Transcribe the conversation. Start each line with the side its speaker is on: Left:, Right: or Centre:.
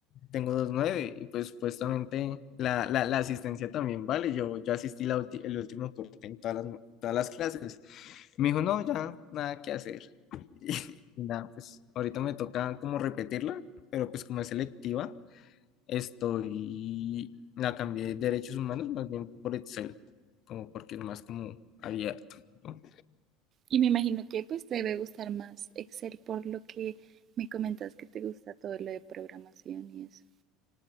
Left: tengo dos nueve y pues supuestamente la, la, la asistencia también vale. Yo, yo asistí la ulti- el último corte en todas las, todas las clases. Me dijo, no, ya, nada que hacer. <laughs> Y, nada, pues ahorita me toca como repetirla, pero pues como es selectiva, estoy, la cambié de derechos humanos más bien por Excel, como porque es más como abierto, ¿no?
Right: Y me imagino que pues te debe gustar más Excel por lo que me comentas que te gusta todo lo de programación y eso.